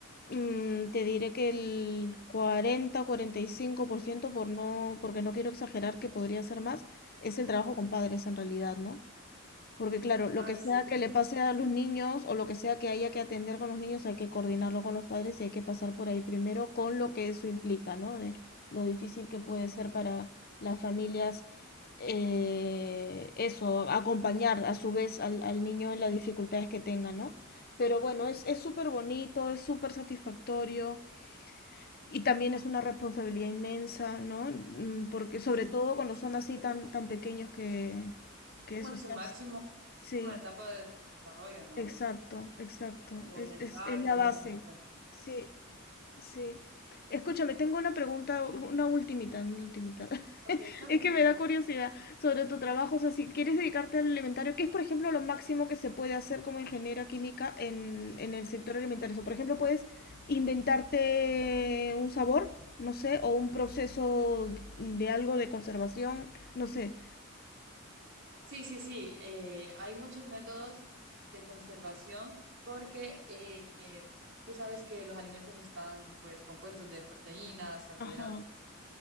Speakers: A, on the left; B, on the right.
A: mm, te diré que el cuarenta, cuarenta y cinco por ciento, por no, porque no quiero exagerar que podría ser más, es el trabajo con padres en realidad, ¿no? Porque claro, lo
B: Ay,
A: que sea
B: sí,
A: que le pase a los niños o lo que sea que haya que atender con los niños, hay que coordinarlo con los padres y hay que pasar por ahí primero con lo que eso implica, ¿no? De lo difícil que puede
B: sí,
A: ser para las familias eh, eso, acompañar a su vez al, al niño en las dificultades que tenga, ¿no? Pero bueno, es, es súper bonito, es súper satisfactorio y también es una responsabilidad inmensa, ¿no? Mm, Porque sobre
B: sí.
A: todo cuando son así
B: Sí,
A: tan,
B: los
A: tan
B: niños
A: pequeños que,
B: están
A: que
B: Como
A: eso
B: en
A: está...
B: su máximo,
A: Sí.
B: máxima etapa de, de desarrollo, ¿no?
A: Exacto, exacto.
B: Tanto
A: Es,
B: mental
A: es, es la
B: como
A: base.
B: emocional.
A: Sí, sí. Escúchame, tengo una pregunta, una ultimita, una ultimita. <laughs>
B: Ok, está bien,
A: Es que
B: perfecto.
A: me da curiosidad sobre tu trabajo. O sea, si quieres dedicarte al alimentario, ¿qué es, por ejemplo, lo máximo que se puede hacer como ingeniera química en, en el sector alimentario? O sea, por ejemplo, puedes inventarte un sabor, no sé, o un proceso de algo de conservación, no sé.
B: Sí, sí, sí. eh, hay muchos métodos de conservación porque eh, eh, tú sabes que los alimentos están pues compuestos de proteínas, carbohidratos,
A: Ajá,